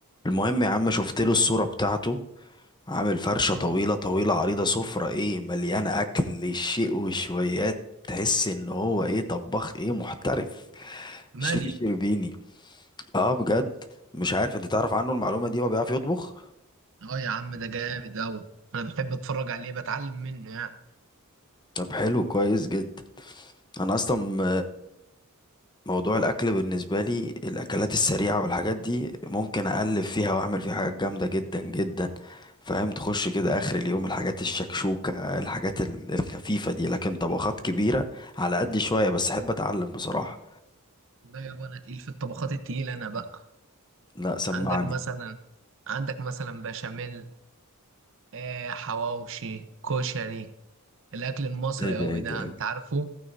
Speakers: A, on the left (about 20°); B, on the right (about 60°).
A: المهم يا عم شفت له الصورة بتاعته عامل فرشة
B: اه
A: طويلة طويلة عريضة سفرة ايه مليانة اكل شيء وشويات تحس ان هو ايه طباخ ايه محترف
B: مالي
A: شيف شربيني اه بجد مش عارف انت تعرف عنه المعلومة دي هو بيعرف يطبخ
B: اه يا عم ده جامد اوي انا بحب اتفرج عليه بتعلم منه يعني
A: طب حلو كويس جدا انا اصلا موضوع الاكل بالنسبه لي الاكلات السريعه والحاجات دي ممكن اقلب فيها واعمل فيها حاجات جامده جدا جدا فاهم تخش كده اخر اليوم الحاجات الشكشوكه الحاجات ال- الخفيفه دي لكن طبخات كبيره على قد شويه بس احب اتعلم بصراحه
B: لا يابا انا تقيل في الطبخات التقيلة انا بقى
A: لا سمعني
B: عندك مثلا عندك مثلا بشاميل آه حواوشي كشري الاكل المصري
A: ايه ده
B: اوي
A: ايه
B: ده
A: ده ايه
B: انت عارفه